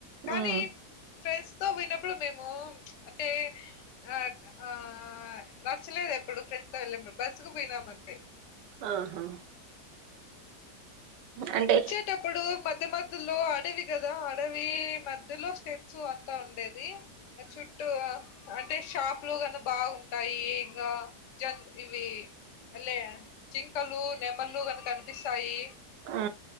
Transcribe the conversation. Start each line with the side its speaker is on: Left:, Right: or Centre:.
Left: కానీ
Right: ఉమ్
Left: ఫ్రెండ్స్తో పోయినప్పుడు మేము అంటే ఆ ఆ నడ్చలేదు ఎప్పుడు ఫ్రెండ్స్తో వెళ్ళాం బస్సుకు పోయినాము అంతే.
Right: ఆహా అంటే
Left: అంటే అప్పుడు మధ్య మధ్యలో అడవి కదా అడవి మధ్యలో స్టే సో అంతా ఉండేది ఆ చుట్టూ అంటే షాప్లు గానీ బాగుంటాయి ఇంగా జన్ ఇవి అ లే జింకలు, నెమళ్లు గని కనిపిస్తాయి.
Right: ఆ